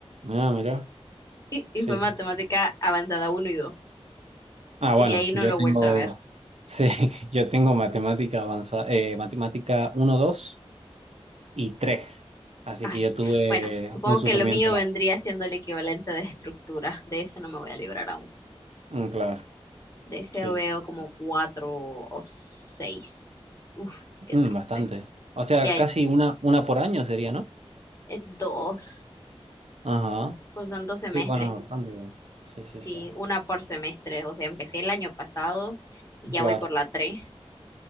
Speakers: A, on the right; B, on the left.
A: Ah, mira.
B: Y, y
A: Sí,
B: fue matemática
A: sí, sí.
B: avanzada uno y dos
A: Ah,
B: Y
A: bueno,
B: de ahí no
A: yo
B: lo
A: tengo,
B: he vuelto a ver.
A: sí, <laughs> yo tengo matemática avanzada, eh, matemática uno 2 y tres Así
B: Ay,
A: que yo tuve
B: bueno, supongo
A: un sufrimiento
B: que lo mío
A: más.
B: vendría siendo el equivalente de estructura. De ese no me voy a librar aún.
A: Mm, claro,
B: De ese
A: sí,
B: veo
A: sí,
B: como
A: sí.
B: cuatro o seis. Uf, qué
A: Mm,
B: triste.
A: bastante. O sea,
B: Ya hay
A: casi una, una por año sería, ¿no?
B: eh, dos,
A: Ajá.
B: pues son dos semestres.
A: Sí, bueno, bastante igual. Sí, sí,
B: Sí,
A: sí.
B: una por semestre. O sea, empecé el año pasado y ya
A: Claro.
B: voy por la tres.